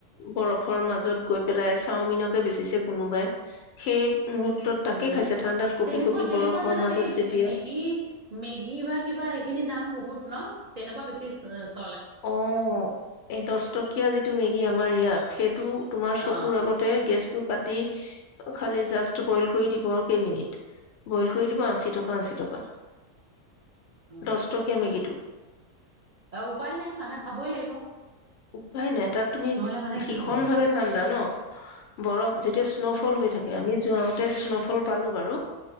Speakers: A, on the left; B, on the right.
A: বৰফৰ মাজত গৈ পেলাই চাওমিনকে বেচিছে কোনোবাই সেই মুহুৰ্তত তাকে
B: অ
A: খাইছে ঠাণ্ডাত কঁপি
B: তেনেকুৱা
A: কঁপি
B: তেনেকুৱা
A: বৰফৰ
B: জেগাত
A: মাজত
B: এই
A: যেতিয়া
B: মেগী, মেগী বা কিবা সেইখিনি দাম ব বহুত ন তেনেকুৱা বেছি চ
A: অ এই দছটকীয়া যিটো মেগী গী আমাৰ ইয়াৰ সে টো তোমাৰ
B: অ
A: চকুৰ আগতে গেছ টো পা দি খালি জাষ্ট বইল কৰি দিব আৰু কেইমিনিট? বইল কৰি দিব আশী টকা আশী টকা।
B: অ
A: দছ টকীয়া মেগিটো।
B: উপায় নাই মানুহে খাবই লাগিব
A: উপায় নাই তাত তুমি
B: নহলে মানুহে
A: ভীষণ
B: কি খাব অ
A: ভাৱে ঠাণ্ডা ন বৰফ যেতিয়া স্ন'ফল হৈ থাকে আমি। যাওঁতে স্ন'ফল পালো বাৰু।